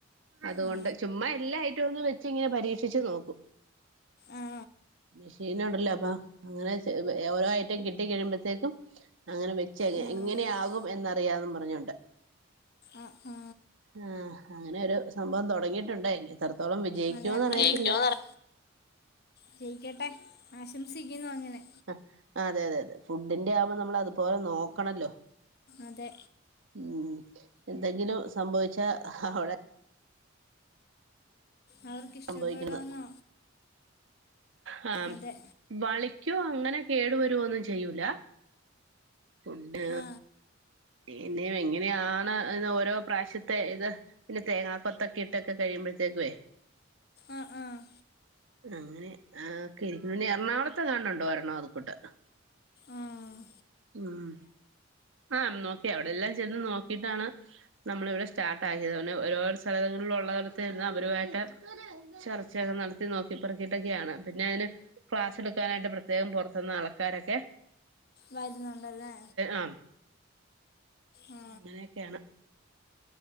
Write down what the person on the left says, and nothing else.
ആ
ആ
ആ ആ
അഹ് ആഹ്
അതങ്ങനെ
ഒരു- ജയിക്കുമെന്ന് പറ ജയിക്കട്ടെ ആശംസിക്കുന്നു അങ്ങനെ.
അതെ
അവർക്ക് ഇഷ്ടപ്പെടുമെന്നോ
അതെ
ആ
അ ആഹ്
ആഹ്
വരുന്നുണ്ടല്ലേ
ആ